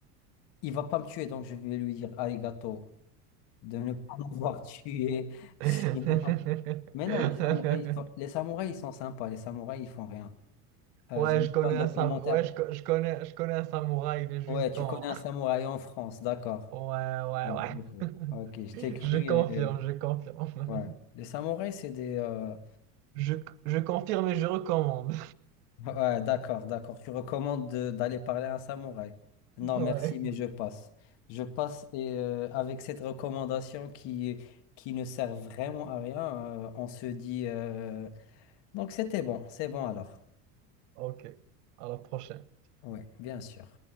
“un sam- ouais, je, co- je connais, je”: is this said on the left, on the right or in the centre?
Right